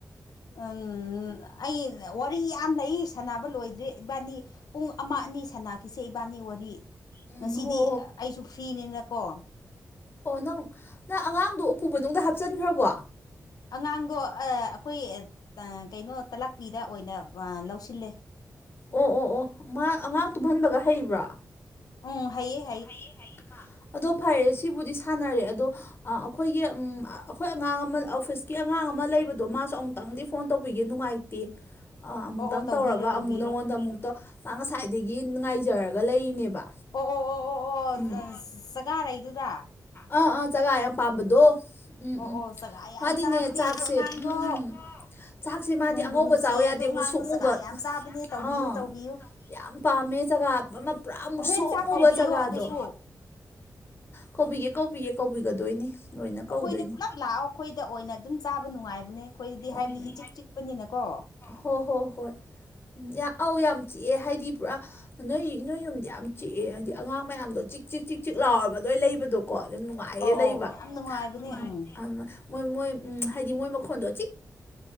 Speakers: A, on the left; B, on the left.
A: ꯎ ꯑꯩ ꯋꯥꯔꯤ ꯌꯥꯝ ꯂꯩ ꯁꯥꯟꯅꯕ ꯂꯣꯏꯗ꯭ꯔꯔꯤ ꯏꯕꯥꯅꯤ ꯄꯨꯡ ꯑꯃ ꯑꯅꯤ ꯁꯅꯥꯈꯤꯁꯦ ꯏꯕꯥꯅꯤ ꯋꯥꯔꯤ
B: ꯎꯝ
A: ꯉꯁꯤꯗꯤ
B: ꯍꯣ
A: ꯑꯩꯁꯨ ꯐ꯭ꯔꯤꯅꯤꯅꯀꯣ
B: ꯑꯣ ꯅꯪ ꯅꯪ ꯑꯉꯥꯡꯗꯣ ꯎꯄꯨ ꯃꯅꯨꯡꯗ ꯍꯥꯞꯆꯤꯟꯈ꯭ꯔꯕꯣ
A: ꯑꯉꯥꯡꯗꯣ ꯑꯩꯈꯣꯏ ꯀꯩꯅꯣ ꯇꯂꯥꯛꯄꯤꯗ ꯑꯣꯏꯅ ꯂꯧꯁꯤꯜꯂꯦ
B: ꯑꯣ ꯑꯣ ꯑꯣ ꯃꯥ ꯑꯉꯥꯡ ꯇꯨꯝꯍꯟꯕꯒ ꯍꯩꯕ꯭ꯔꯥ
A: ꯎꯝ ꯍꯥꯏꯌꯦ
B: ꯍꯥꯏ ꯑꯗꯣ ꯐꯔꯦ ꯁꯤꯕꯨꯗꯤ ꯁꯥꯟꯅꯔꯦ ꯑꯗꯣ ꯑꯩꯈꯣꯏꯒꯤ ꯎ ꯑꯩꯈꯣꯏ ꯑꯉꯥꯡ ꯑꯃ ꯑꯣꯐꯤꯁꯀꯤ ꯑꯉꯥꯡ ꯑꯃ ꯂꯩꯕꯗꯣ ꯃꯥꯁꯨ ꯑꯃꯨꯛꯇꯪꯗꯤ ꯐꯣꯟ ꯇꯧꯕꯤꯒꯦ ꯅꯨꯡꯉꯥꯏꯇꯦ ꯑꯃꯨꯛꯇꯪ
A: ꯑꯣ ꯑꯣ ꯇꯧꯕꯤꯔꯣ
B: ꯇꯧꯔꯒ
A: ꯇꯧꯕꯤꯔꯣ
B: ꯑꯃꯨꯛ ꯅꯉꯣꯟꯗ ꯑꯃꯨꯛꯇ ꯃꯥ ꯉꯁꯥꯏꯗꯒꯤ ꯅꯨꯡꯉꯥꯏꯖꯔꯒ ꯂꯩꯔꯤꯅꯦꯕ
A: ꯑꯣ ꯑꯣ ꯑꯣ ꯑꯣ ꯑꯣ
B: ꯎꯝ
A: ꯆꯒꯥꯔꯛꯏꯗꯨꯗ
B: ꯑꯥ ꯑꯥ ꯆꯖꯒꯥ ꯌꯥꯝ ꯄꯥꯝꯕꯗꯣ ꯎꯝ
A: ꯑꯣ
B: ꯎꯝ
A: ꯑꯣ ꯆꯒꯥ ꯌꯥꯝ
B: ꯃꯥꯗꯤꯅꯦ
A: ꯆꯥꯕꯅꯦ
B: ꯆꯥꯛꯁꯦ
A: ꯑꯗꯨ ꯑꯉꯥꯡꯗꯣ
B: ꯎꯝ ꯆꯥꯛꯁꯦ ꯃꯥꯗꯤ
A: ꯅꯨꯡꯕꯨ
B: ꯑꯉꯧꯕ
A: ꯅꯨꯡꯁꯤ
B: ꯆꯥꯎꯕ ꯌꯥꯗꯦ
A: ꯑꯗꯨ
B: ꯑꯃꯨꯛ
A: ꯑꯉꯥꯡꯗꯣ
B: ꯁꯛꯃꯨꯕ
A: ꯆꯒꯥ ꯌꯥꯝ ꯆꯥꯕꯅꯦ ꯇꯧꯕꯤꯌꯨ
B: ꯑꯥ
A: ꯇꯧꯕꯤꯌꯨ
B: ꯌꯥꯝ ꯄꯥꯝꯃꯦ ꯖꯒꯥ ꯑꯃ ꯄꯨꯔꯥ ꯃꯨꯛ
A: ꯍꯣꯔꯦꯟ
B: ꯁꯣꯛꯉꯨꯕ
A: ꯆꯥꯛ ꯀꯧꯕꯤꯌꯣ
B: ꯖꯒꯥꯗꯣ
A: ꯑꯗꯨꯁꯨ
B: ꯀꯧꯕꯤꯒꯦ ꯀꯧꯕꯤꯌꯦꯦ ꯀꯧꯕꯤꯒꯗꯣꯏꯅꯤ ꯂꯣꯏꯅ ꯀꯧꯗꯣꯏꯅꯤ
A: ꯑꯩꯈꯣꯏꯗ ꯄꯨꯂꯞ ꯂꯥꯛꯑꯣ ꯑꯩꯈꯣꯏꯗ ꯑꯣꯏꯅ ꯑꯗꯨꯝ ꯆꯥꯕ ꯅꯨꯡꯉꯥꯏꯕꯅꯦ ꯑꯩꯈꯣꯏꯗꯗꯤ
B: ꯎꯝ
A: ꯍꯥꯏꯕꯗꯤ ꯏꯆꯤꯛ ꯆꯤꯛꯄꯅꯤꯅꯀꯣ
B: ꯍꯣ ꯍꯣ ꯍꯣꯏ ꯎꯝ ꯑꯧ ꯌꯥꯝ ꯆꯤꯛꯑꯦ ꯍꯥꯏꯗꯤ ꯄꯨꯔꯥ ꯅꯣꯏ ꯅꯣꯏ ꯌꯨꯝꯗ ꯌꯥꯝ ꯆꯤꯛꯑꯦ ꯍꯥꯏꯗꯤ ꯑꯉꯥꯡ ꯃꯌꯥꯝꯗꯣ ꯆꯤꯛ ꯆꯤꯛ ꯆꯤꯛ ꯆꯤꯛ ꯂꯥꯎꯔꯒ ꯂꯣꯏ ꯂꯩꯕꯗꯣ ꯀꯣ ꯑꯗꯨ ꯅꯨꯡꯉꯥꯏꯌꯦ
A: ꯑꯧ
B: ꯂꯩꯕ
A: ꯑꯧ ꯌꯥꯝ ꯅꯨꯡꯉꯥꯏꯕꯅꯦ
B: ꯎ
A: ꯎꯝ
B: ꯃꯣꯏ ꯃꯣꯏ ꯎꯝ ꯍꯥꯏꯗꯤ ꯃꯣꯏ ꯃꯈꯣꯟꯗꯣ